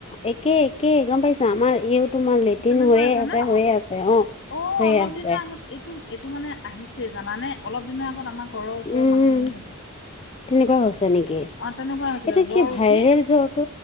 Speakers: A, on the left; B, on the left.
A: একে একে গম পাইছা আমাৰ এইও তোমাৰ লেট্ৰিন
B: তেনেকুৱা
A: হৈয়ে আছে
B: নে?
A: হৈয়ে
B: অ'
A: আছে অ
B: অ
A: হৈয়ে
B: অলপ
A: আছে
B: দিনৰ আগত এইটো এইটো মানে আহিছে জানানে অলপ দিনৰ আগত আমাৰ ঘৰৰ ওচৰৰ
A: উম
B: মানুহজনী
A: তেনেকুৱা হৈছে নেকি
B: অ তেনেকুৱা হৈছিলে
A: এইটো
B: জ্বৰ
A: কি ভাইৰেল
B: উঠি
A: জ্বৰটো